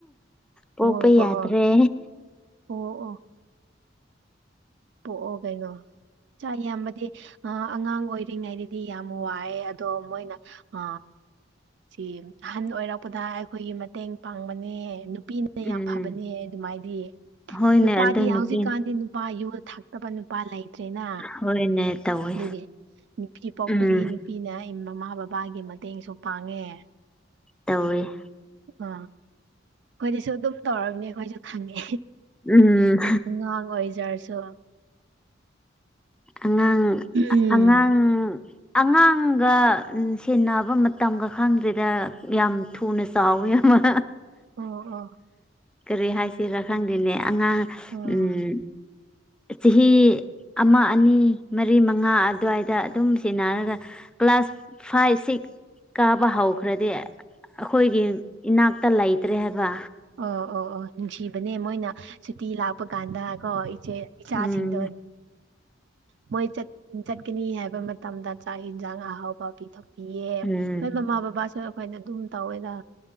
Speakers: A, in the centre; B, on the right (about 65°).
A: ꯄꯣꯛꯄ
B: ꯑꯃꯨꯛ ꯄꯣꯛꯑꯣ
A: ꯌꯥꯗ꯭ꯔꯦ
B: ꯑꯣ ꯑꯣ ꯄꯣꯛ ꯑꯣꯀꯩꯅꯣ ꯆ ꯌꯥꯝꯕꯗꯤ ꯑ ꯑꯉꯥꯡ ꯑꯣꯏꯔꯤꯉꯩꯗꯗꯤ ꯌꯥꯝ ꯋꯥꯏꯑꯦ ꯑꯗꯣ ꯃꯣꯏꯅ ꯑ ꯁꯤ ꯑꯍꯟ ꯑꯣꯏꯔꯛꯄꯗ ꯑꯩꯈꯣꯏꯒꯤ ꯃꯇꯦꯡ ꯄꯥꯡꯕꯅꯦ ꯅꯨꯄꯤꯅ
A: ꯎꯝ
B: ꯌꯥꯝ ꯐꯕꯅꯦ ꯑꯗꯨꯃꯥꯏꯗꯤ
A: ꯍꯣꯏꯅꯦ
B: ꯅꯨꯄꯥꯗꯤ
A: ꯑꯗꯨ ꯅꯨꯄꯤ
B: ꯍꯧꯖꯤꯛꯀꯥꯟꯗꯤ ꯅꯨꯄꯥ ꯌꯣ ꯊꯛꯇꯕ ꯅꯨꯄꯥ ꯂꯩ ꯇ꯭ꯔꯦꯅ
A: ꯍꯣꯏꯅꯦ ꯇꯧꯋꯦ
B: ꯑꯗꯨꯒꯤ ꯅꯨꯄꯤ ꯄꯣꯛꯄꯗꯤ
A: ꯎꯝ
B: ꯅꯨꯄꯤꯅ ꯃꯃꯥ ꯕꯕꯥꯒꯤ ꯃꯇꯦꯡꯁꯨ ꯄꯥꯡꯉꯦ
A: ꯇꯧꯏꯦ
B: ꯑ ꯑꯩꯈꯣꯏꯗꯤꯁꯨ ꯑꯗꯨꯝ ꯇꯧꯝꯅꯦ ꯑꯩꯈꯣꯏꯁꯨ ꯈꯪꯉꯦ
A: ꯎꯝ
B: ꯉꯥꯡ ꯑꯣꯏ ꯑꯣꯏꯖꯔꯁꯨ
A: ꯑꯉꯥꯡ
B: ꯎꯝ
A: ꯑꯉꯥꯡ ꯑꯉꯥꯡꯒ ꯁꯦꯟꯅꯕ ꯃꯇꯝꯒ ꯈꯪꯗ꯭ꯦꯗ ꯌꯥꯝ ꯊꯨꯅ ꯆꯥꯎꯋꯤ ꯃ ꯌꯥꯝꯃ
B: ꯑꯣ ꯑꯣ
A: ꯀꯔꯤ ꯍꯥꯏꯁꯤꯔꯥ ꯈꯪꯗꯦꯅꯦ ꯑꯉꯥꯡ
B: ꯑꯣ
A: ꯎꯝ ꯆꯍꯤ ꯑꯃ ꯑꯅꯤ ꯃꯔꯤ ꯃꯉꯥ ꯑꯗꯨꯋꯥꯏꯗ ꯑꯗꯨꯝ ꯁꯤꯦꯟꯅꯔꯒ ꯀ꯭ꯂꯥꯁ ꯐꯥꯏꯚ ꯁꯤꯛꯁ ꯀꯥꯕ ꯍꯧꯈ꯭ꯔꯗꯤ ꯑꯩꯈꯣꯏꯒꯤ ꯏꯅꯥꯛꯇ ꯂꯩꯇ꯭ꯔꯦ ꯍꯥꯏꯕ
B: ꯑꯣ ꯑꯣ ꯑꯣ ꯅꯨꯡꯁꯤꯕꯅꯦ ꯃꯣꯏꯅ ꯁꯨꯇꯤ ꯂꯥꯛꯄ ꯀꯥꯟꯗ ꯀꯣ ꯏꯆꯦ ꯏꯆꯥꯁꯤꯡꯗ
A: ꯎꯝ
B: ꯃꯣꯏ ꯆꯠꯀꯅꯤ ꯍꯥꯏꯕ ꯃꯇꯝꯗ ꯆꯥꯛ ꯏꯟꯁꯥꯡ ꯑꯍꯥꯎꯕ ꯄꯤꯊ ꯄꯤꯌꯦ
A: ꯎꯝ
B: ꯑꯩꯣꯏ ꯃꯃꯥ ꯕꯕꯥꯁꯨ ꯑꯩꯈꯣꯏꯅ ꯑꯗꯨꯝ ꯇꯧꯋꯦꯗ